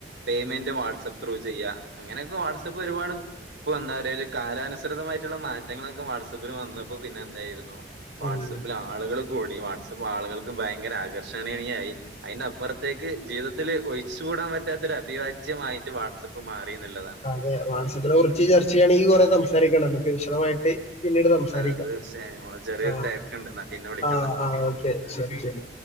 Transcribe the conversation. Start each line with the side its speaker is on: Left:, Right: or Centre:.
Right: പേയ്മെന്റ് വാട്സആപ്പ് ത്രൂ ചെയ്യുക അങ്ങനെയൊക്കെ വാട്സ്ആപ്പ് ഒരുപാട് ഇപ്പൊ എന്താ പറയ ഒരു കാലാനുസൃതമായിട്ടുള്ള മാറ്റങ്ങളൊക്കെ വാട്ആപ്പിൽ വന്നപ്പോ പിന്നെ എായിരുന്നു വാട്സപ്പിൽ
Left: ഉം
Right: ആളുകൾ കൂടി വാട്സആപ്പ് ആളുകൾക്ക് ഭയങ്കര ആകർഷണീയയായി. അതിന്റെ അപ്പുറത്തേക്ക് ജീവിതത്തിൽ ഒഴിച്ചു കൂടാൻ പറ്റാത്തൊ ഒരു അഭിവാാജ്യമായിട്ട് വാട്സആപ്പ് മാറി എന്നുള്ളതാണ്.
Left: അതെ വാട്സ്ആപ്പിനെ കുറിച്ച് ചർച്ച ചെയ്യയാണെങ്കിൽ കുറേ സംസാരിക്കണം നമുക്ക് വിശദമായിട്ട്. പിന്നീട് സംസാരിക്കാം
Right: അത് തീർച്ചയായും ചെറിയൊരു
Left: ആ
Right: തിരക്കുണ്ട് എന്നാ പിന്നെ വിളിക്കുന്ന
Left: ആ ആ ഓക്കെ ശരി ശരി.